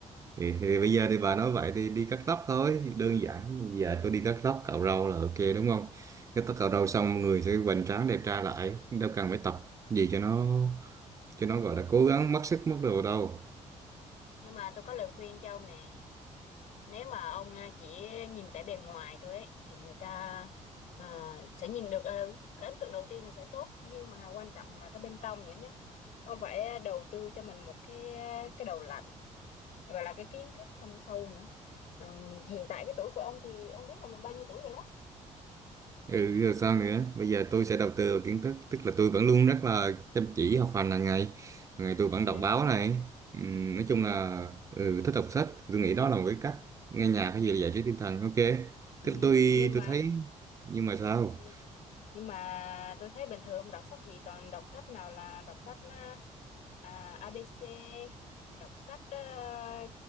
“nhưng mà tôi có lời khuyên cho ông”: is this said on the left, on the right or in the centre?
Left